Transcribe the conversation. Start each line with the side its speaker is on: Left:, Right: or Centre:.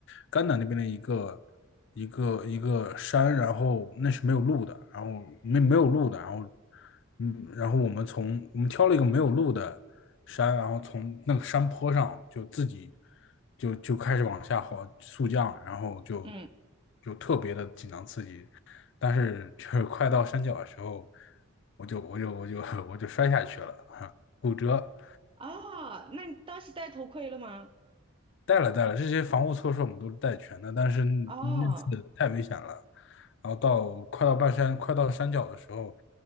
Left: 甘南那边的一个一个一个山，然后那是没有路的，然后没没有路的，然后嗯，然后我们从我们挑了一个没有路的山，然后从那个山坡上就自己就就开始往下滑速降，然后就
Right: 嗯，
Left: 就特别的紧张刺激，但是就是快到山脚的时候，我就我就我就我就摔下去了，骨折。
Right: 哦，那你当时戴头盔了吗？
Left: 带了带了，这些防护措施我们都是带全的，但是那次太危险了。
Right: 哦，
Left: 然后到快到半山，快到山脚的时候，